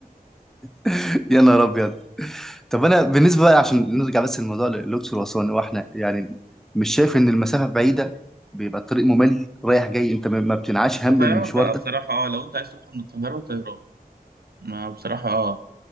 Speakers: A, in the centre; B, on the right (about 80°).
A: <laughs> يا نهار ابيض طب انا بالنسبه بقى عشان نرجع بس الموضوع للاقصر واسوان هو احنا يعني مش شايف ان المسافه بعيده بيبقى الطريق ممل رايح جاي انت ما ما بتنعاش
B: لا
A: هم
B: طيران
A: المشوار
B: بقى
A: ده
B: بصراحة اه لو انت عايز تروح من القاهرة طيران ما بصراحة اه